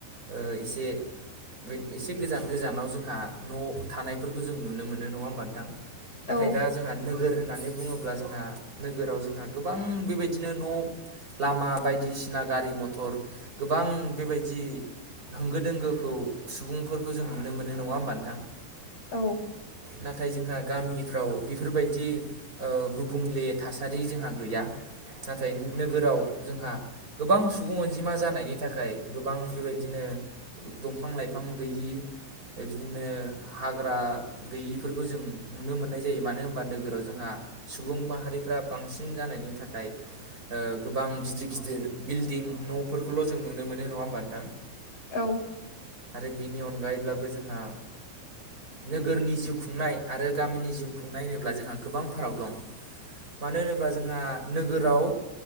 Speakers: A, on the right; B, on the left.
A: ओ एसे बे एसे गोजान गोजानाव जोंहा न' थानायफोरखौ जों नुनो मोनो नङा होमबा नोंथां? नाथाय
B: औ
A: दा जोंहा नोगोर होननानै बुङोब्ला जोंहा नोगोराव जोंहा गोबां बेबायदिनो न' लामा बायदिसिना गारि मथ'र गोबां बेबायदि होंगो दोंगोखौ सुबुंफोरखौ जों नुनो मोनो नङा होमब नोंथां?
B: औ
A: नाथाय जोंहा गामिफ्राव बेफोरबायदि ओ गुबुंले थासारि जोंहा गैया नाथाय नोगोराव जोंहा गोबां सुबुं अनजिमा जानायनि थाखाय गोबां बेबायदिनो दंफां-लाइफां गैयि बिदिनो हाग्रा गैयिफोरखौ जों नुनो मोननाय जायो मानो होनबा नोगोराव जोंहा सुबुं माहारिफ्रा बांसिन जानायनि थाखाय ओ गोबां गिदिर गिदिर बिल्डिं न'फोरखौल' जों नुनो मोनो नङा होमबा नोंथां
B: औ
A: आरो बिनि अनगायैब्लाबो जोंहा नोगोरनि जिउ खुंनाय आरो गामिनि जिउ खुंनाय होनोब्ला जोंहा गोबां फाराग दं। मानो होनोब्ला जोंहा नोगोराव